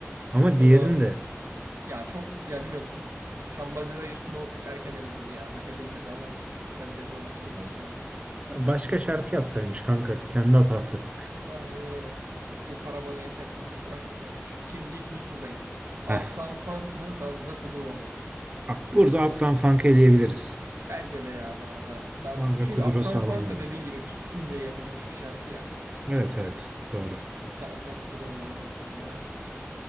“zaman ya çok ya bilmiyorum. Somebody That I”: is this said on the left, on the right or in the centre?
Right